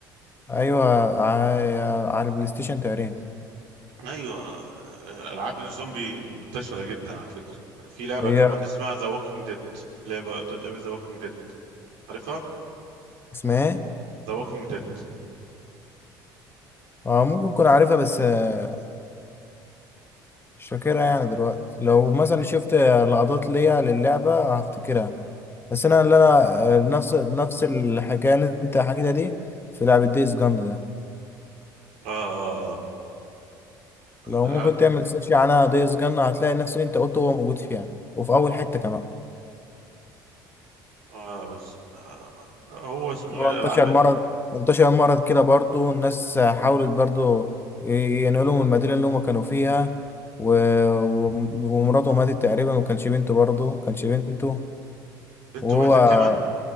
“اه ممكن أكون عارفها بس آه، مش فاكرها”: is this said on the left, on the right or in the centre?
Left